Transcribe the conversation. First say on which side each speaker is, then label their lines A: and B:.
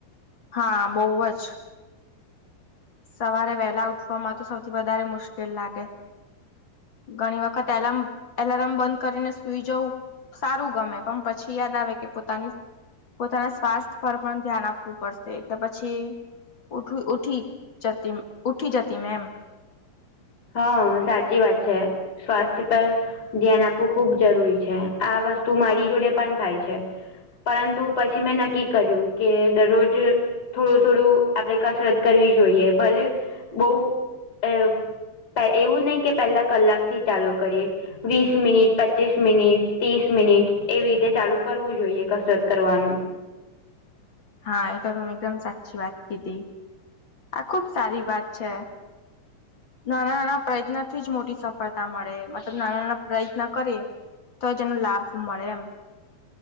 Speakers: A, on the left (about 40°); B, on the left (about 25°).
A: હા બવ જ. સવારે વહેલા ઉઠવામાં તો સૌથી વધારે મુશ્કેલ લાગે. ઘણી વખત એલાર્મ એલાર્મ બંધ કરીને સુઈ જવું સારું ગમે પણ પછી યાદ આવે કે પોતાની પોતાના સ્વાસ્થ પર પણ ધ્યાન આપવું પડશે એટલે પછી ઉઠ ઉઠી જતી ઉઠી જતી મેં એમ.
B: હ સાચી વાત છે, સ્વાસ્થ્ય પર ધ્યાન આપવું ખૂબ જરૂરી છે આ વસ્તુ મારી જોડે પણ થાય છે. પરંતુ પછી મેં નક્કી કર્યું કે દરરોજ થોડું થોડું આપણેે કસરત કરવી જોઈએ ભલે બઉ અ એવું નઈ કે પહેલા કલાકથી ચાલુ કરીએ. વીસ મિનિટ, પચીસ મિનિટ, ત્રીસ મિનિટ એવી રીતે ચાલુ કરવું જોઈએ કસરત કરવાનું.
A: હા એ તો તમે એકદમ સાચી વાત કીધી આ ખુબ સારી વાત છે. નાનાં-નાનાં પ્રયત્નથી જ મોટી સફળતા મળે મતલબ નાનાં-નાનાં પ્રયત્ન કરીએ. તો જ એનો લાભ મળે એમ.